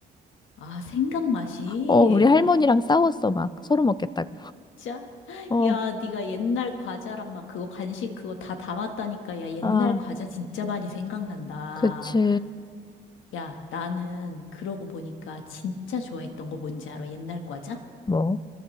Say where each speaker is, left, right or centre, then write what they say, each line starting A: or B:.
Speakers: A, on the left (about 80°); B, on the left (about 20°).
A: 아, 생강 맛이.
B: 어, 우리 할머니랑 싸웠어, 막. 서로 먹겠다고.
A: 진짜.
B: 어,
A: 야, 네가 옛날 과자랑 막 그거 간식 그거 다 담았다니까. 야, 옛날
B: 아,
A: 과자 진짜 많이 생각난다.
B: 그치.
A: 야, 나는 그러고 보니까 진짜 좋아했던 거 뭔지 알아? 옛날 과자?
B: 뭐,